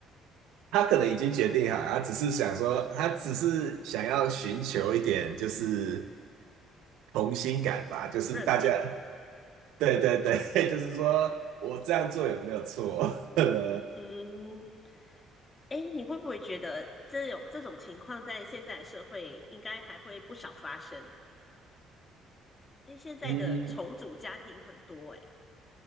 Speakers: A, on the right (about 85°); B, on the left (about 30°).
A: 她可能已经决定好，她只是想说，她只是想要寻求一点就是同心感吧，就是大家，
B: 认同。
A: 对对对，<laughs> 就是说我这样做有没有错？<laughs>
B: 嗯，哎，你会不会觉得这种这种情况在现在的社会应该还会不少发生？因为现在的重组家庭很多，
A: 嗯，
B: 哎，